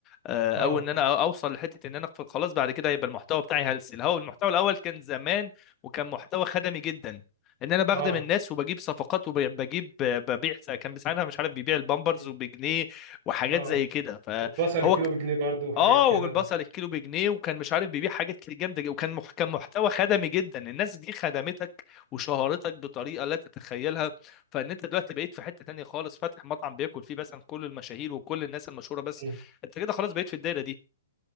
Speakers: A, on the left; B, on the right.
A: آه، او
B: اه
A: ان انا
B: اه
A: أو- اوصل لحته ان انا ف- خلاص بعد كده هيبقى المحتوى بتاعي هلس هو المحتوى الاول كان زمان وكان محتوى خدمي جدا ان انا بخدم
B: اه
A: الناس وبجيب صفقات وبجيب ببيع كان ساعتها مش عارف بيبيع البامبرز
B: مم.
A: وبجنيه وحاجات
B: اه
A: زي كده فهو
B: وصل الكيلو بجنيه برضه وحاجات
A: اه
B: كده
A: والبصل الكيلو بجنيه وكان مش عارف بيبيع حاجات كتير جامده جدا وكان مح... كان محتوى خدمي جدا الناس دي خدمتك وشهرتك بطريقه لا تتخيلها فان انت دلوقتي بقيت في حته تانية خالص فاتح مطعم بياكل فيه مثلا كل المشاهير وكل الناس المشهوره بس
B: مم.
A: انت كده خلاص بقيت في الدايره دي